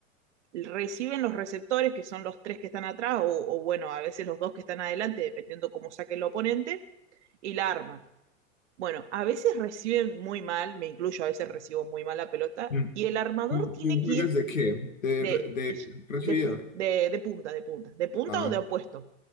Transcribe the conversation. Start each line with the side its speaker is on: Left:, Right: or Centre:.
Right: Reciben los receptores, que son los tres que están atrás, o, o bueno, a veces los dos que están adelante, dependiendo cómo saque el oponente, y la arman. Bueno, a veces reciben muy mal, me incluyo, a veces recibo muy mal la pelota,
Left: Mm.
Right: y el armador
Left: ¿Tú,
Right: tiene
Left: tú juegas
Right: que ir
Left: de qué? ¿De,
Right: de,
Left: re- de recibidor?
Right: de, de, de punta, de punta, de punta
Left: Ah,
Right: o de opuesto.